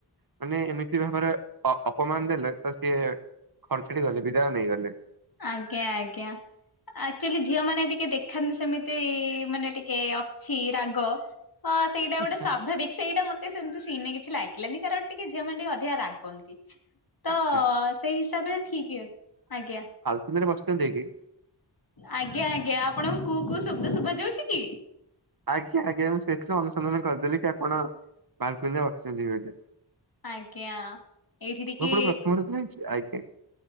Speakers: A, on the right; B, on the left.
A: ମାନେ ଏମିତି ଭାବରେ ଅ-ଅପମାନ ଦେଲେ ତ ସିଏ ଖର୍ଚ୍ଚଟି ଗଲେ ବିଦାୟ ନେଇ ଗଲେ।
B: ଆଜ୍ଞା ଆଜ୍ଞା। ଆକ୍ଚୁଆଲି ଝିଅ ମାନେ ଟିକେ ଦେଖାନ୍ତି ସେମିତି ମାନେ ଟିକେ ଅଛି, ରାଗ ହଁ ସେଇଟା
A: ଆଚ୍ଛା
B: ଗୋଟେ ସ୍ୱାଭାବିକ ସେଇଟା ମତେ ତ ସେଇନାଗି କିଛି ଲାଗିଲାନି କାରଣ ଟିକେ ଝିଅମାନେ ଟିକେ ଅଧିକା ରାଗନ୍ତି। ତ
A: ଆଚ୍ଛା
B: ସେଇ ହିସାବ ରେ ଠିକ୍ ହେଉଛି ।
A: କୁନିରେ ବସିଚନ୍ତି କି?
B: ଆଜ୍ଞା ଆଜ୍ଞା ଆପଣଙ୍କୁ କୋଉ କୋଉ ଶବ୍ଦ ଶୁଭା ଯାଉଛି କି?
A: ଆଜ୍ଞା ଆଜ୍ଞା ମୁଁ ସେଥିରୁ ଅନୁସନ୍ଧାନ କରିଦେଲି କି ଆପଣ ବାଲ୍କୁନିରେ ବସିଛନ୍ତି ବେଲି।
B: ଆଜ୍ଞା। ଏଇଠି ଟିକେ
A: ମୁଁ ପୁଣୀ ପ୍ରଥମ ରୁ କହିଛି ଆଜ୍ଞା ।